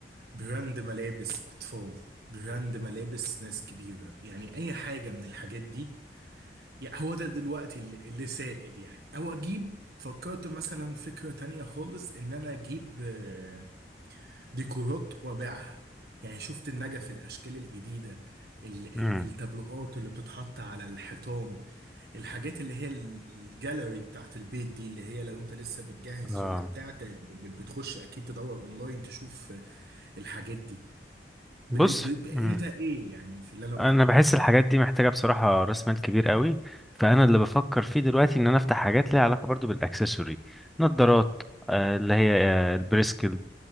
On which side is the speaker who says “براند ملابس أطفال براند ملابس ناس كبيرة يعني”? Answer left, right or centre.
Right